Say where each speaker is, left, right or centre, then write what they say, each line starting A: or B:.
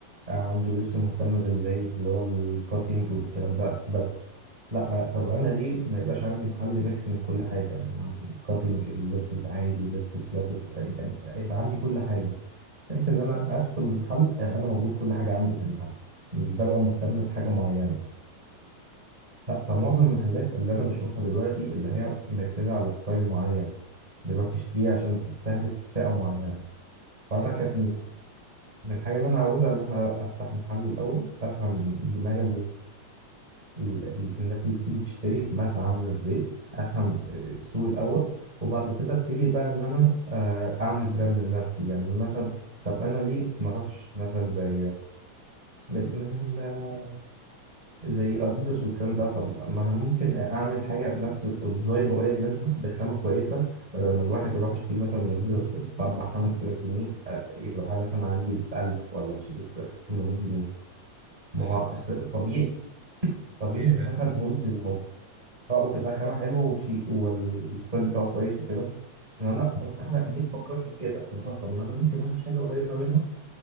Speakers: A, on the right (about 15°); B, on the right (about 80°).
A: عنده لبس مهتم بالإيه اللي هو الكاتينج والكلام ده بس لا طب أنا ليه ما يبقاش عندي محل ميكس من كل حاجة يعني كاتنج اللبس العادي اللبس الكلاسيك يعني يبقى عندي كل حاجه بحيث ان انا ادخل المحل يبقى انا موجود كل حاجه عندي في المحل مش ببقى مهتم بحاجه معينه ف- فمعظم المحلات اللي انا بشوفها دلوقتي اللي هي مركزه على ستايل معين بتروح تشتريه عشان تستهدف فئه معينه فانا
B: فاهم
A: كانت
B: قصدك
A: من
B: اه
A: من الحاجه اللي انا عاوزها ان انا افتح محل الاول افهم دماغ ال- ال- الناس اللي بتيجي تشتري دماغها عاملة ازاي افهم السوق الاول وبعد كده ابتدي بقى ان انا آه، اعمل براند لنفسي يعني مثلا طب انا ليه ما اروحش مثلا زي من, من ال... زي اديداس والكلام ده طب ما انا ممكن اعمل حاجه نفس الديزاين قريب منها بخامه كويسه بدل ما الواحد يروح يشتري مثلا من اديداس باربع خمس تلاف جنيه آه، يبقى مثلا عندي ب 1000 ولا ب 800 جنيه ما
B: فاهم
A: هو أصل
B: قصدك اه
A: طبيعي طبيعي
B: طبيعي
A: إن
B: فعلا
A: مثلا هودز اه وتبقى خامة حلوة وشيء والستايل بتاعه كويس وكده أما أنا أنا جيت فكرت في كده اللي هو طب ما أنا ممكن أعمل حاجة قريبة منها